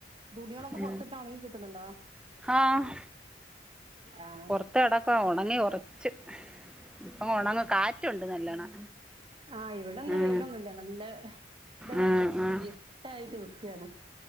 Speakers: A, on the right (about 30°); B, in the centre.
A: തുണികളൊക്കെ
B: ഉം
A: പൊറത്തിട്ടാ ഒണങ്ങി കിട്ടണണ്ടോ?
B: ആഹ്
A: ആഹ്
B: പൊർത് ത്തെടക്കാ ഒണങ്ങി കൊറച്ച് ഇപ്പം ഒണങ്ങു കാറ്റൊണ്ട് നല്ലോണം.
A: ആഹ് ഇവടെന്നാ
B: ഉം
A: വെയിലൊന്നുല്ല ന്ല്ലേ ഇതതാ
B: ഉം ഉം
A: ഇര്ട്ടായിട്ട് നിക്കാണ്.